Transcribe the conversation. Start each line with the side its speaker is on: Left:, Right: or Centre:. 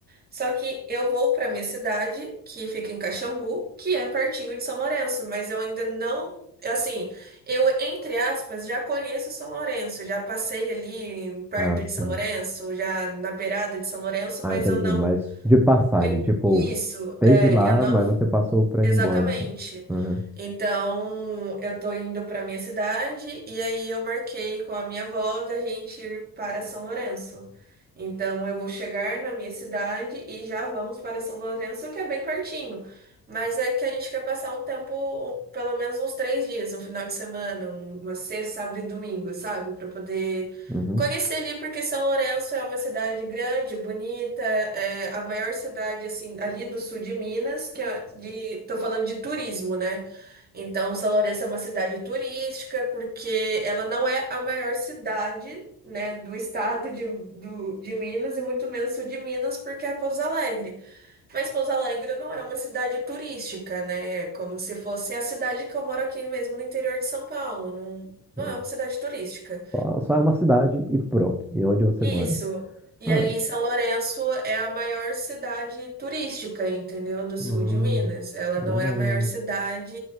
Right: Só que eu vou para minha cidade, que fica em Caxambu, que é pertinho de São Lourenço, mas eu ainda não, assim, eu entre aspas já conheço São Lourenço, já passei ali em- perto
Centre: Ah, sim.
Right: de São Lourenço, já na beirada de São Lourenço,
Centre: Ah,
Right: mas
Centre: entendi.
Right: eu não
Centre: Mas de passagem,
Right: em-
Centre: tipo,
Right: isso,
Centre: teve
Right: é,
Centre: lá,
Right: eu não
Centre: mas você passou pra
Right: Exatamente.
Centre: ir embora, assim. Aham.
Right: Então, eu tô indo pra minha cidade e aí eu marquei com a minha avó da gente ir para São Lourenço. Então, eu vou chegar na minha cidade e já vamos para São Lourenço, que é bem pertinho. Mas é que a gente quer passar um tempo, pelo menos uns três dias, um final de semana, um- uma sexta, sábado e domingo, sabe? Pra poder
Centre: Uhum.
Right: Conheci ali porque São Lourenço é uma cidade grande, bonita, é a maior cidade assim ali do sul de Minas, que é de, tô falando de turismo, né? Então São Lourenço é uma cidade turística porque ela não é a maior cidade, né, do estado de, do- de Minas e muito menos sul de Minas porque é Pouso Alegre. Mas Pouso Alegre não é uma cidade turística, né? É como se fosse a cidade que eu moro aqui mesmo no interior de São Paulo, não, não
Centre: É.
Right: é uma cidade turística.
Centre: Só, só é uma cidade e pronto. E onde você
Right: Isso.
Centre: mora?
Right: E
Centre: Ah,
Right: aí,
Centre: é-
Right: São Lourenço é a maior cidade turística, entendeu? Do sul
Centre: ah,
Right: de Minas. Ela não
Centre: legal.
Right: é a maior cidade